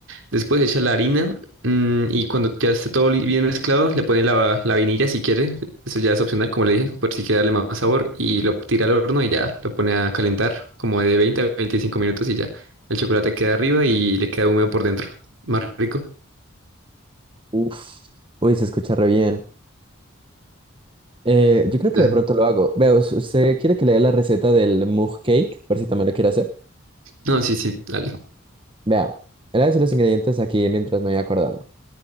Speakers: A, on the right (about 65°); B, on the right (about 25°).
A: Después echa la harina mm, y cuando ya esté todo li- bien mezclado, le pone la, la vainilla si quiere. Eso ya es opcional, como le dije, por si quiere darle más sabor. Y lo tira al horno y ya lo pone a calentar como de 20 a 25 minutos y ya. El chocolate queda arriba y le queda húmedo por dentro. Más rico.
B: Uf, uy, se escucha re bien. Eh, yo creo que
A: Ya.
B: de pronto lo hago. Vea, ¿us- ¿usted quiere que le dé la receta del mug cake? Por si también lo quiere hacer.
A: No, sí, sí, dale.
B: Vea, le voy a decir los ingredientes aquí mientras me voy acordando.